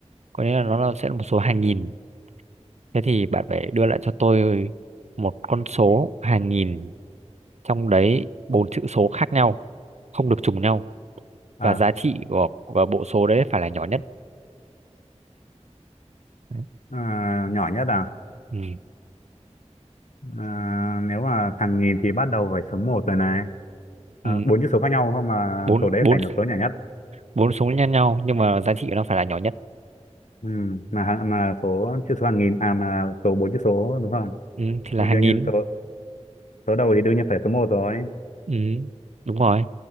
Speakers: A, on the right; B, on the left.
A: có nghĩa là nó là, sẽ là một số hàng nghìn thế thì bạn phải đưa lại cho tôi một con số hàng nghìn trong đấy bốn chữ số khác nhau không được trùng nhau
B: à,
A: và giá trị của, của bộ số đấy phải là nhỏ nhất Đấy.
B: à, nhỏ nhất à,
A: ừ.
B: à nếu mà thằng nghìn thì bắt đầu phải số một rồi này à,
A: Ừ.
B: bốn chữ số khác nhau không mà
A: bốn
B: số đấy
A: bốn
B: phải là số nhỏ nhất
A: bốn số nhân nhau nhưng mà giá trị của nó phải là nhỏ nhất
B: ừ, mà hàng- mà số chữ số hàng nghìn à mà số bốn chữ số đúng không
A: ừ. thì là
B: thì
A: hàng
B: đương
A: nghìn
B: nhiên số số đầu thì đương nhiên phải số một rồi
A: ừ. đúng rồi